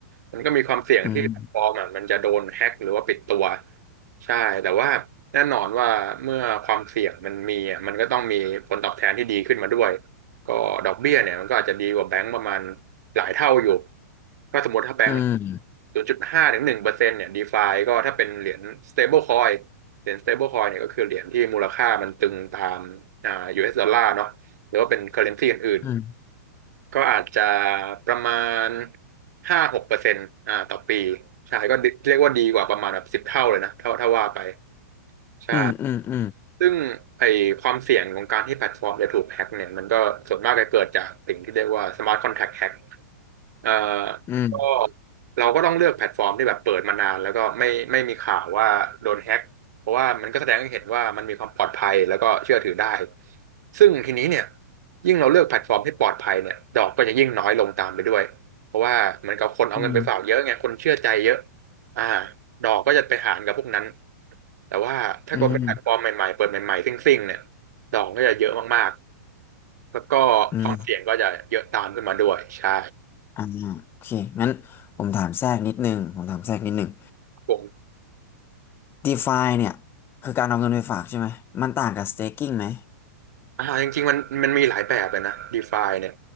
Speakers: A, on the right; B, on the left.
A: มันก็มีความเสี่ยงที่แพลตฟอร์มอะมันจะโดนแฮ็กหรือว่าปิดตัว
B: อืม
A: ใช่แต่ว่าแน่นอนว่าเมื่อความเสี่ยงมันมีอะมันก็ต้องมีผลตอบแทนที่ดีขึ้นมาด้วยก็ดอกเบี้ยเนี่ยมันก็อาจจะดีกว่าแบงก์ประมาณหลายเท่าอยู่ถ้าสมมติถ้าแบงก์
B: อืม
A: ศูนย์จุดห้าถึงหนึ่งเปอร์เซ็นต์เนี่ยดีฟาก็ถ้าเป็นเหรียญ stable coin เหรียญ stablecoin เนี่ยก็คือเหรียญที่มูลค่ามันตึงตามอ่า US ดอลลาร์เนาะหรือว่าเป็น currency อื่น
B: อืม
A: ๆก็อาจจะประมาณห้าหกเปอร์เซ็นต์อ่าต่อปีใช่ก็เรียกว่าดีกว่าประมาณแบบสิบเท่าเลยนะถ้าถ้าว่าไปใช่
B: อืมอืมอ
A: ซึ่งไอความเสี่ยงของการที่แพลตฟอร์มจะถูกแฮ็กเนี่ยมันก็ส่วนมากจะเกิดจากสิ่งที่เรียกว่า smart contract hack เอ่อ
B: ืม
A: ก็เราก็ต้องเลือกแพลตฟอร์มที่แบบเปิดมานานแล้วก็ไม่ไม่มีข่าวว่าโดนแฮ็กเพราะว่ามันก็แสดงให้เห็นว่ามันมีความปลอดภัยแล้วก็เชื่อถือได้ซึ่งทีนี้เนี่ยยิ่งเราเลือกแพลตฟอร์มที่ปลอดภัยเนี่ยดอกก็จะยิ่งน้อยลงตามไปด้วยเพราะว่าเหมือนกับคนเอาเงินไปฝากเยอะไงคนเชื่อใจเยอะ
B: อืม
A: อ่าดอกก็จะไปหารกับพวกนั้นแต่ว่าถ้าเกิดเป็นแพลตฟอร์มใหม่ๆเปิดใหม่ๆซิ่งๆเนี่ย
B: อืมอืม
A: ดอกก็จะเยอะมากๆแล้วก็ความเสี่ยงก็จะเยอะตามขึ้นมาด้วยใช่
B: อืมอ่าโอเคงั้นผมถามแทรกนิดนึงผมถามแทรกนิดนึง
A: ผม
B: DeFi เนี่ยคือการเอาเงินไปฝากใช่ไหมมันต่างกับ staking ไหม
A: อ่าจริงๆมันมันมีหลายแบบเลยนะ DeFi เนี่ย